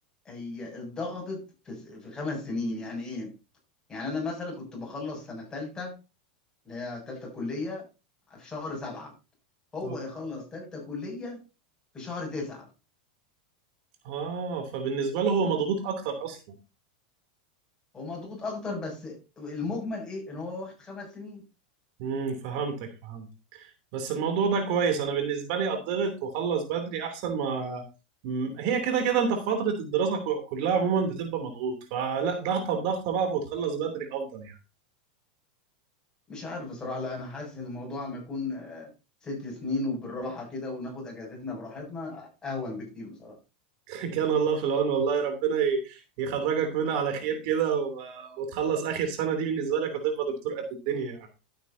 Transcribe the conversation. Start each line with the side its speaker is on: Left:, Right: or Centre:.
Left: هي اتضغطت في في خمس سنين يعني ايه يعني انا مثلا كنت بخلص سنه ثالثه اللي هي ثالثه كليه في شهر سبعة هو
Right: اه
Left: يخلص ثالثه كليه في شهر تسعة
Right: آه، فبالنسبه له هو مضغوط اكتر اصلا
Left: هو مضغوط اكتر بس المجمل ايه ان هو واخد خمس سنين
Right: امم فهمتك فهمت بس الموضوع ده كويس انا بالنسبه لي اضغط واخلص بدري احسن ما مم، هي كده كده انت في فتره الدراسه كو- كلها عموما بتبقى مضغوط فلا ضغطه بضغطه بقى وتخلص بدري افضل يعني
Left: مش عارف بصراحه لا انا حاسس ان الموضوع ما يكون آه، ست سنين وبالراحه كده وناخد اجازتنا براحتنا اهون بكتير بصراحه
Right: <laughs> كان الله في العون والله ربنا ي- يخرجك منها على خير كده و- وتخلص اخر سنه دي بالنسبه لك وتبقى دكتور قد الدنيا يعني